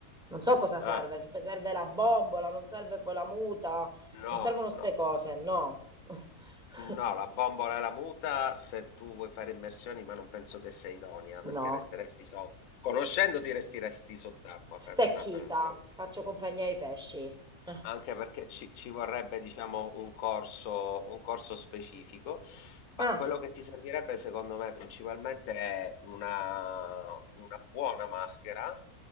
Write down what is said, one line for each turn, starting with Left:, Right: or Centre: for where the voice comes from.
Centre: Non so cosa serve,
Left: Ah.
Centre: se serve la bombola, non serve poi la muta,
Left: No,
Centre: non servono ste
Left: no.
Centre: cose, no. <laughs>
Left: No, la bombola è la muta se tu vuoi fare immersioni, ma non penso che sei idonea
Centre: No.
Left: perché resteresti sotto. Conoscendoti resteresti sott'acqua.
Centre: Stecchita,
Left: per- proprio No.
Centre: faccio compagnia ai pesci. <laughs>
Left: Anche perché ci, ci vorrebbe, diciamo, un corso, un corso specifico. Ma
Centre: Ah.
Left: quello che ti servirebbe, secondo me, principalmente è una, una buona maschera